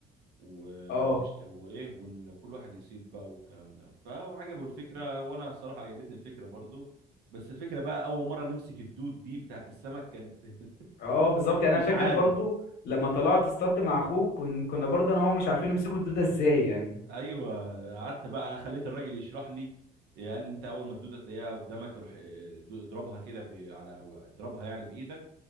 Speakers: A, on the right (about 85°); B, on the left (about 70°).
A: و...
B: اه
A: ونشت... وايه وان كل واحد يصيد بقى والكلام ده فهو عجبه الفكره وانا الصراحه عجبتني الفكره برضو بس الفكره بقى اول مره نمسك الدود دي بتاعت السمك كانت <laughs>
B: اه بالظبط يعني
A: مش
B: انا فاكر
A: عارف
B: برضو لما طلعت اصطدت مع اخوك كن... كنا برضو انا وهو مش عارفين يمسكوا الدوده ازاي يعني
A: ايوه قعدت بقى خليت الراجل يشرح لي قال لي انت اول ما الدوده تلاقيها قدامك روح اه، دو- اضربها كده ب... على اضربها يعني بايدك